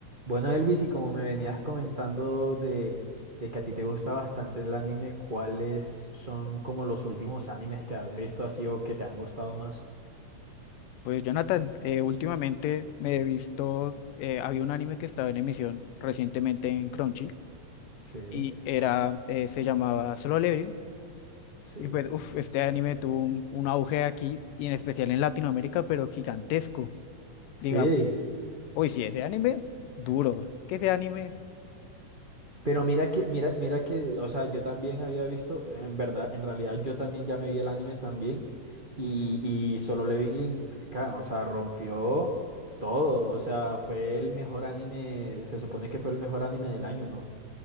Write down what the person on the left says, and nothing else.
Pues Jonathan, eh, últimamente me he visto, eh, había un anime que estaba en emisión recientemente en Crunchy
y era, eh, se llamaba Solo Leveling.
Y pues, uff, este anime tuvo un, un auge aquí y en especial en Latinoamérica, pero gigantesco.
Diga, uy, sí, ese anime, duro. Que ese anime,
fu-